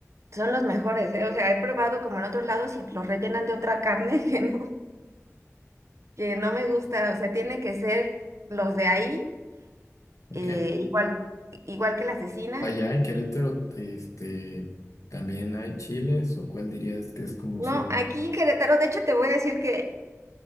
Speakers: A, on the right (about 65°); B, on the left (about 80°).
A: son los mejores, ¿eh? O sea, he probado como en otros lados y los rellenan de otra carne <laughs> que no, que no me gusta. O sea, tiene que ser los de ahí,
B: Ok.
A: eh, igual, igual que la cecina.
B: Allá en Querétaro, este, también hay chiles, o cuál dirías que es como
A: No,
B: su...
A: aquí en Querétaro, de hecho te voy a decir que